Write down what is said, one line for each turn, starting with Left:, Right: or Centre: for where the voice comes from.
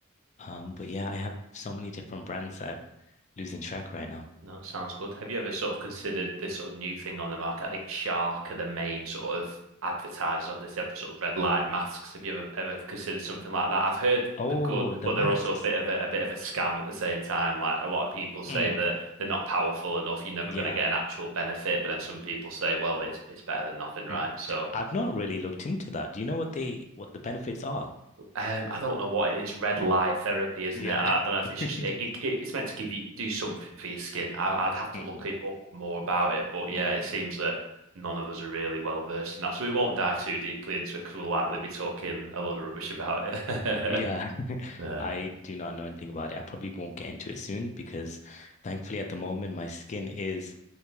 Left: Um, but yeah, I have so many different brands that I'm losing track right now.
Right: No, it sounds good. Have you ever sort of considered this sort of new thing on the market? I think Shark are the main sort of advertisers of this. They have the sort of red light masks. Have you ever ever considered something like that? I've heard
Left: Oh,
Right: the good,
Left: the
Right: but
Left: masks.
Right: they're also a bit of a, a bit of a scam at the same time. Like a lot of people say
Left: Mm,
Right: that they're not powerful enough, you're never
Left: yeah.
Right: going to get an actual benefit, but then some people say, well, it's it's better than nothing, right?
Left: Mm.
Right: So
Left: I've not really looked into that. Do you know what they what the benefits are?
Right: Um, I don't know what it is. Red light therapy, isn't
Left: Yeah.
Right: it? And I don't know if it's just
Left: <laughs>
Right: it, it. It's meant to give you do something for your skin. I, I'd have to
Left: hmm
Right: look it up more about it. But yeah,
Left: hmm
Right: it seems that none of us are really well versed in that, so we won't dive too deeply into it because we'll likely be talking a lot of rubbish about it. <laughs>
Left: Yeah, <laughs>
Right: Yeah,
Left: I do not know anything about it. I probably won't get into it soon because thankfully at the moment my skin is